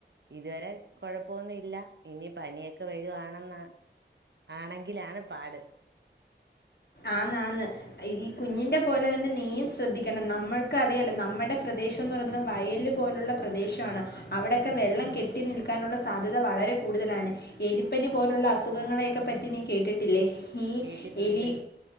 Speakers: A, on the right; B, on the left.
A: ഇതുവരെ കൊഴപ്പൊന്നും ഇല്ല ഇനി പനിയൊക്കെ വരുവാണെന്ന ആണെങ്കിലാണ് പാട്
B: ആന്നാന്ന് ഈ കുഞ്ഞിന്റെ പോലെ തന്നെ നീയും ശ്രദ്ധിക്കണം നമ്മൾക്കറിയല്ലോ നമ്മുടെ പ്രദേശംന്ന് പറയുന്ന വയല് പോലുള്ള പ്രദേശവാണ് അവിടെക്കെ വെള്ളം കെട്ടി നിൽക്കാനുള്ള സാധ്യത വളരെ കൂടുതലാണ് എലിപ്പനി പോലുള്ള അ സുഖങ്ങളെയെക്കെ പറ്റി നീ കേട്ടിട്ടില്ലേ? ഈ
A: കേട്ടിട്ടുണ്ട്
B: എലി